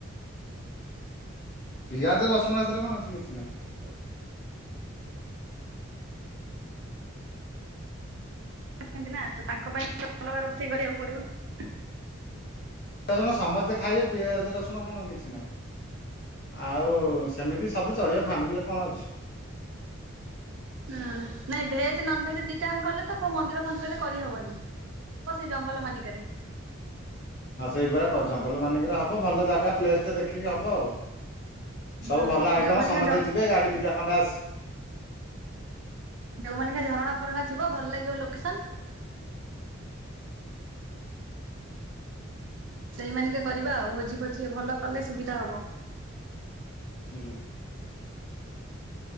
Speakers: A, on the left (about 50°); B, on the right (about 60°).
A: ପିଆଜ ରସୁଣ ସେଥିରେ କଣ ଅଛି କିଛି ନାହିଁ।
B: <unintelligible> ନା ତ ତାଙ୍କ ପାଇଁ ଅଲଗା ରୋଷେଇ କରିବାକୁ ପଡିବ।
A: ତ ସମସ୍ତେ ଖାଇବେ ପିଆଜ ରସୁଣ କଣ କିଛି ନାହିଁ। ଆଉ ସେମିତି ସବୁ ଚଳିବ ଫ୍ୟାମିଲିରେ କଣ
B: ନା ନାଇଁ ଭେଜ ନନ୍ ଭେଜ ଦିଇଟା ଜାଙ୍କ କଲେ ତ କୋଉ ମନ୍ଦିର ଫନ୍ଦୀରରେ କରି ହବନି। ହ ସେ ଜଙ୍ଗଲ ମାନିକରେ।
A: ହଁ ସେଇଭଳିଆ କ ଜଙ୍ଗଲ ମାନଙ୍କରେ ହବ। ଭଲ ଜାଗା ପ୍ଲେସ ଟେ ଦେଖିକି ହବ ଆଉ।
B: ହୁଁ
A: ସବୁ ଭଲ ଆଇଟମ
B: ଯୋଉମାନିକା
A: ସମସ୍ତେ
B: ଜ
A: ଯିବେ ଗାଡି ଦିଟା ଖଣ୍ଡେ ଆସି
B: ଯୋଉଁମାନେଙ୍କ ଝରଣା ଫରଣା ଥିବ ଭଲ ଲାଗିବ ଲୋକେସନ୍ ସେଇମାନିକେ କରିବା ଆଉ ଭୋଜି ଫୋଜି ଭଲ କଲେ ସୁବିଧା ହବ।
A: ହୁଁ।